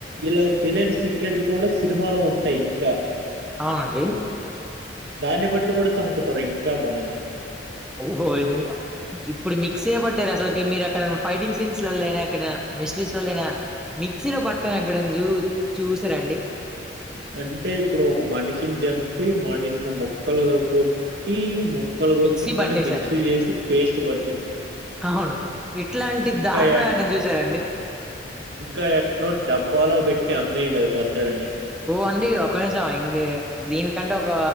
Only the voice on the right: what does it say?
ఇలాగ తెలియని సీక్రెట్లు కూడా సినిమాలో ఉంటాయి ఇంకా
దాన్ని బట్టి కూడా చంపుతారు ఇంకా మనల్ని
అంటే ఇప్పుడు ఒక మనిషిని చంపి మనిషిని మొక్కలుగా కొట్టి ము క్కలు
కొట్టిందని
మిక్సీ చేసి పేస్ట్ పట్టింది
ఇంకా
ఎ
ఇంకా ఎట్నో డబ్బాలో పెట్టి అమ్మేయలేదు పచ్చడి అని